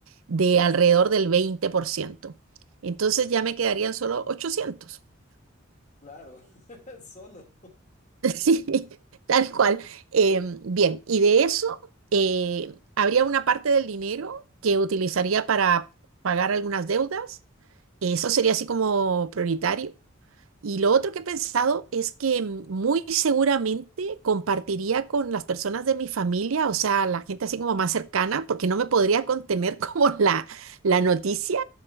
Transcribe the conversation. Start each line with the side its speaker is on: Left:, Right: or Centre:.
Right: de alrededor del veinte por ciento Entonces, ya me quedarían solo ochocientos
Left: Claro, <laughs> solo.
Right: <laughs> Sí, tal cual. Em, bien, y de eso eh, habría una parte del dinero que utilizaría para pagar algunas deudas. Eso sería así como prioritario. Y lo otro que he pensado es que mm, muy seguramente compartiría con las personas de mi familia, o sea, la gente así como más cercana, porque no me podría contener <laughs> como la, la noticia.